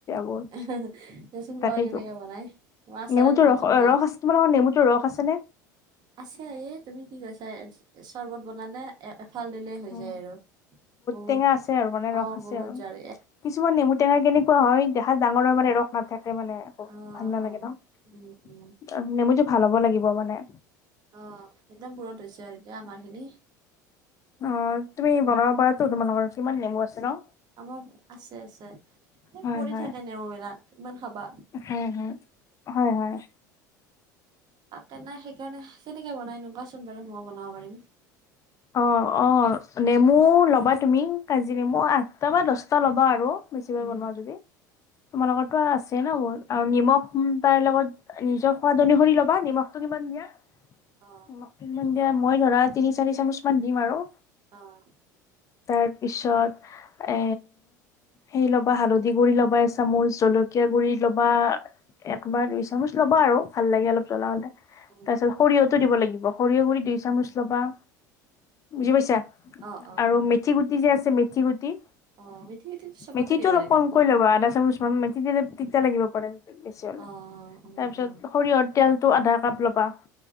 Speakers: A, on the left; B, on the right.
A: বহুত
B: আহাহা দে চোন
A: তাকেইতো
B: বোৱা কেনেকে বনাই। অ' আচাৰে
A: নেমুটো
B: দি পথাম
A: ৰস
B: দিয়া,
A: ৰস আছে তোমালোকৰ নেমুটোৰ ৰস আছে
B: আছে এই। তুমি কি কৈছা এ চৰ্বত বনালে এ এফাল দিলেই
A: নে
B: হৈ যায় আৰু বহুত
A: টেঙা আছে আৰু মানে
B: অ'
A: ৰস আছে
B: বহুত
A: আৰু।
B: যাৰ।
A: কিছুমান নেমু টেঙা কেনেকুৱা হয় দেহ ডাঙৰ হয় মানে ৰস নাথাকে মানে বহুত
B: অ,
A: ভাল নালাগে
B: অ।
A: ন
B: উম, উম,
A: নেমুটো ভাল হ'ব লাগিব মানে।
B: আহ একদম পূৰত হৈছে আৰু এতিয়া আমাৰ খিনি।
A: অ' তুমি বনাব পাৰাটো তোমালোকৰ কিমান নেমু আছে ন।
B: আমাৰ আছে, আছে সেই
A: হয়
B: পৰি
A: হয়।
B: থাকে নেমু বিলাক ইমান খাবা।
A: হয়', হয়', হয়', হয়'।
B: তেনে সেইকাৰণে, কেনেকে বনাই কোৱাচোন বাৰু মই বনাব পাৰিম।
A: অ', অ' নেমু ল'বা তুমি কাজি নেমু আঠটা বা দচটা ল'বা আৰু। বেছি বাৰ
B: উম
A: বনোৱা যদি তোমালোকটো আছে ন বহুত। আৰু নিমখ তাৰৰ লগত নিজৰ সোৱাদ অনুসৰি ল'বা, নিমখটো কিমান দিয়া। দিয়া
B: অ
A: মই ধৰা তিনি চাৰি চামুচ মান দিম আৰু।
B: অ'।
A: তাৰ পিছত এ সেই ল'বা হালধি গুৰি লবা এচামুচ জলকীয়া গুৰি ল'বা। এক বা দুই চামুচ ল'বা আৰু ভাল লাগে অলপ জ্বলা হ'লে। তা
B: উম
A: পিছত সৰিয়হতো দিব লাগিব, সৰিয়হ গুৰি দুই চামুচ ল'বা, বুজি পাইছা। আৰু
B: অ অ
A: মেথি গুটি যে আছে মেথি গুটি
B: অ মিঠি মিঠি চবতে
A: মেথিটো
B: দিব পাৰি
A: অলপ
B: নেকি
A: কমকৈ ল'বা আধা চামুচ মান মেথি দিলে তিয়া লাগিব পাৰে। বেছি হলে
B: অ উম
A: তাৰপিছত
B: উম
A: সৰিয়হৰ। তেলটো আধা কাপ লবা